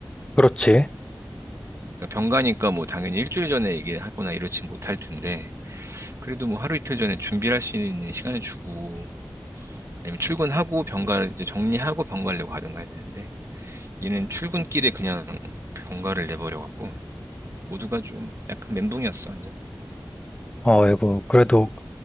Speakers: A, on the left; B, on the right.
A: 그렇지.
B: 그러니까 병가니까 뭐 당연히 일주일 전에 얘기하거나 이러진 못할 텐데 그래도 뭐 하루 이틀 전에 준비할 수 있는 시간을 주고 아니면 출근하고 병가를 이제 정리하고 병가려고 하든가 해야 되는데 얘는 출근길에 그냥 병가를 내버려갖고 모두가 좀 약간 멘붕이었어 완전.
A: 어, 이거, 그래도